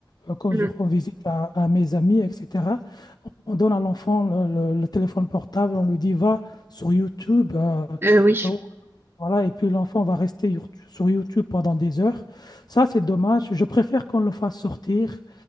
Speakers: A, on the left (about 55°); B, on the right (about 25°).
A: euh, quand
B: mm.
A: je rends visite à, à mes amis, etc., on on donne à l'enfant le, le- le téléphone portable, on lui dit va sur YouTube, euh,
B: Euh, oui,
A: euh, voilà, et puis l'enfant va rester your- sur YouTube pendant des heures. Ça, c'est dommage. Je préfère qu'on le fasse sortir